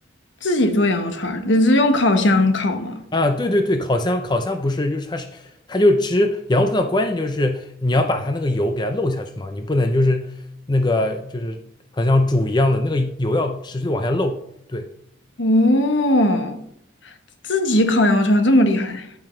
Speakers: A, on the left; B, on the left.
A: 自己做羊肉串儿，你是用烤箱烤吗？
B: 啊，对对对，烤箱烤箱不是，就是它是它就吃羊肉串的关键就是你要把它那个油给它漏下去嘛，你不能就是那个就是好像煮一样的那个油要持续地往下漏。对。
A: 哦，自己烤羊肉串儿这么厉害？